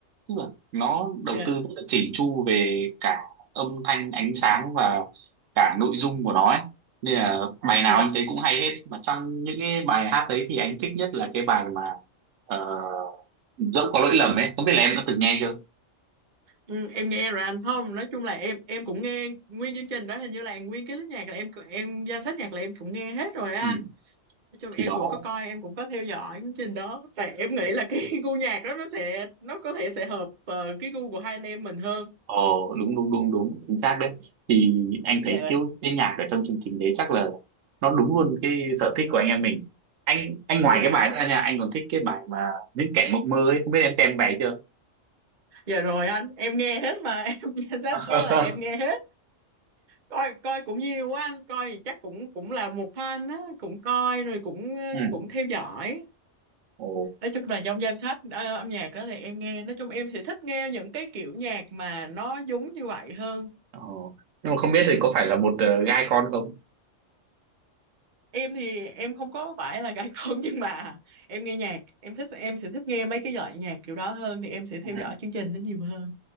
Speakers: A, on the right; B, on the right.
A: tức là nó đầu
B: dạ
A: tư rất là chỉnh chu về cả âm thanh ánh sáng và cả nội dung của nó ấy nên là bài nào
B: dạ
A: anh thấy cũng hay hết mà trong những cái bài hát đấy thì anh thích nhất là cái bài mà ờ, dẫu có lỗi lầm ấy không biết là em đã từng nghe chưa
B: Ừ, em nghe rồi anh không nói chung là em em cũng nghe nguyên chương trình đó hình như là nguyên cái list nhạc là em em danh sách nhạc là em cũng nghe hết rồi á
A: ừ.
B: anh nói chung
A: thì
B: em
A: đó
B: cũng có coi em cũng có theo dõi chương trình đó tại em nghĩ là cái <laughs> gu nhạc đó nó sẽ nó có thể sẽ hợp ờ, cái gu của hai anh em mình hơn
A: ờ đúng đúng đúng đúng chính xác đấy thì anh
B: dạ
A: thấy
B: là-
A: kiểu cái nhạc ở trong chương trình đấy chắc là nó đúng luôn cái sở thích của anh em mình anh anh ngoài
B: dạ
A: cái bài đó ra nha anh còn thích cái bài mà những kẻ mộng mơ ấy không biết em xem bài chưa
B: dạ rồi anh em nghe hết mà <laughs> em danh sách
A: <laughs>
B: đó là em nghe hết coi coi cũng nhiều quá anh coi thì chắc cũng cũng là một fan á cũng coi rồi cũng ờ,
A: ừ
B: cũng theo dõi
A: ồ
B: nói chung là trong danh sách ờ, âm nhạc đó thì em nghe nói chung em sẽ thích nghe những cái kiểu nhạc mà nó giống như vậy hơn
A: Ờ. nhưng mà không biết thì có phải là một ờ, gai con không
B: em thì em không có phải là gái con <laughs> nhưng mà em nghe nhạc em thích em sẽ thích nghe mấy cái loại nhạc kiểu đó hơn thì em sẽ theo
A: Ừ.
B: dõi chương trình đó nhiều hơn